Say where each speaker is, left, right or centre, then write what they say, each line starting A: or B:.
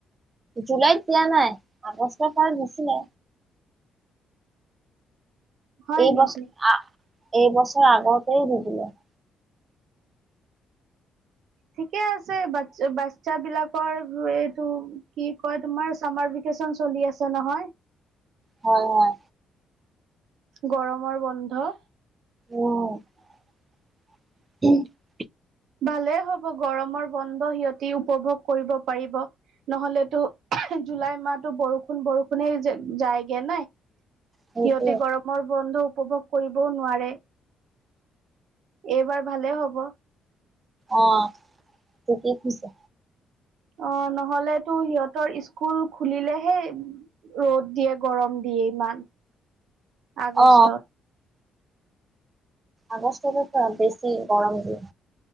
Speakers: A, on the right (about 20°); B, on the right (about 65°).
A: জুলাইত দিয়া নাই আগষ্টৰপা দিছিলে।
B: হয়
A: এইবছৰ
B: নেকি?
A: আ এইবছৰ আগতে দি দিলে।
B: ঠিকে আছে বাচ্ছা-বাচ্ছা বিলাকৰ এইটো কি কয় তোমাৰ চামাৰ বি ভাকেচন চলি আছে নহয়।
A: হয়-হয়।
B: গৰমৰ বন্ধ।
A: উম <unintelligible>
B: ভালেই হব গৰমৰ বন্ধ সিহতি উপভোগ কৰিব পাৰিব। নহ'লেতো জুলাই মাহতো বৰষুণ-বৰষুণে যায়গে নে।
A: সেইটোৱে
B: সিহঁতে গৰব ৰ বন্ধ উপভোগ কৰিবও নোৱাৰে, এইবাৰ ভালে হ'ব।
A: অ', ঠিকে কৈছা।
B: অ', নহলে তো সিহঁতৰ স্কুল খুলিলেহে ৰ'দ দিয়ে গৰম দিয়ে ইমান আগষ্টত।
A: অ আগষ্টৰো <unintelligible> বছি গৰম দিয়ে।